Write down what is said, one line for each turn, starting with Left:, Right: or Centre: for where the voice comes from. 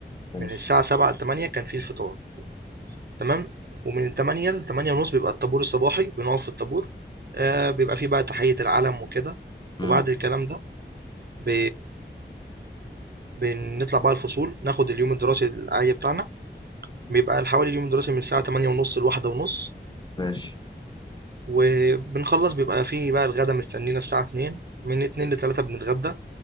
Left: ماشي
Right: من الساعة 07:00 ل08:00 كان في الفطار تمام، ومن 08:00 ل08:30 بيبقى الطابور الصباحي، بنقف في الطابور آآ، بيبقى في بقى تحية العلم وكده، وبعد
Left: امم
Right: الكلام ده ب بنطلع بقى الفصول، ناخد اليوم الدراسي العادي بتاعنا، بيبقى حوالي اليوم الدراسي من الساعة 08:30 ل13:30
Left: ماشي
Right: وبنخلص بيبقى في بقى الغدا مستنينا الساعة 14:00 من 14:00 ل15:00 بنتغدى.